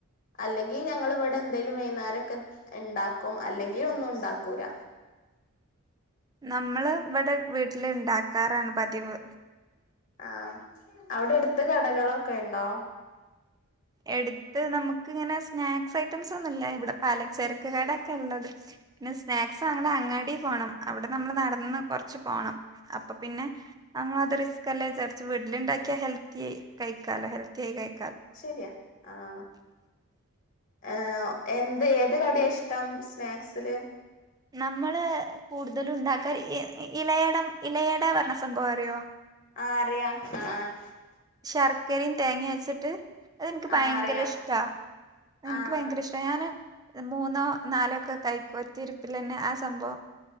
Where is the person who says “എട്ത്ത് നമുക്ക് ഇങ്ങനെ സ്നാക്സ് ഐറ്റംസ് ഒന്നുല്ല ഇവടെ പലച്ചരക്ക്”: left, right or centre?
Right